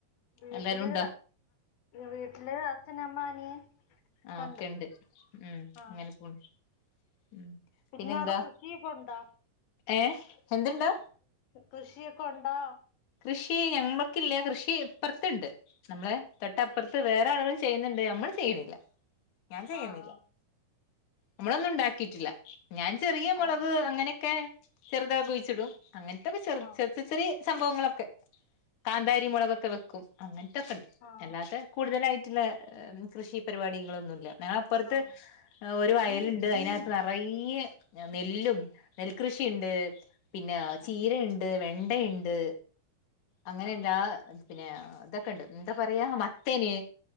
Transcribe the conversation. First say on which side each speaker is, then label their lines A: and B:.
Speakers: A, on the left; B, on the left.
A: വീട്ടില്
B: എല്ലാരും ഉണ്ടോ
A: വീട്ടില് അച്ഛൻ, അമ്മ, അനിയൻ ഒക്കെണ്ട്
B: ആഹ ഒക്കെ ഉണ്ട് ഉം
A: ആഹ്
B: അങ്ങനെ പോണ്. ഉം
A: പിന്നെ
B: പിന്നെന്താ
A: അവിടെ കൃഷിയൊക്കെ ഉണ്ടാ?
B: ഏ എന്തുണ്ടാ
A: കൃഷിയൊക്കെ ഉണ്ടോ?
B: കൃഷി ഞമ്മൾക്കില്ല കൃഷി ഇപ്പുറത്ത്ണ്ട് നമ്മളേ തൊട്ടപ്പുറത്ത് വേറെ ആളുകൾ ചെയ്യുന്നുണ്ട് ഞമ്മൾ ചെയ്യണില്ല ഞാൻ ചെയ്യണില്ല
A: ആഹ്
B: നമ്മളൊന്നും ഉണ്ടാക്കിട്ടില്ല. ഞാൻ ചെറിയ മുളക്
A: ആഹ്
B: അങ്ങനെയൊക്കെ ചെറുതൊക്കെ കുഴിച്ചിടും അങ്ങനതോക്കേ ചെർ
A: ആഹ്
B: ചെർ ചെറിയ സംഭവങ്ങൾ കാന്താരി മുളകൊക്കെ വെക്കും അങ്ങനത്തെക്കെ ഉണ്ട്
A: ആഹ്
B: അല്ലാത്ത കൂടുതൽ മറ്റ്‌ള്ള കൃഷി പരിപാടികളൊന്നുംല്ല ഞങ്ങളപ്പുറത്‌
A: ആഹ്
B: ഒരു വയലുണ്ട് അതിനകത്ത് നറയെ നെല്ലും കൃഷിണ്ട് പിന്നേ
A: ആഹ്
B: ചീരണ്ട് വെണ്ടണ്ട് അങ്ങനെയല്ലാ
A: ആഹ്
B: പിന്നെ ഇതൊക്കെ ണ്ട് എന്താ പറയാ മത്തേന്.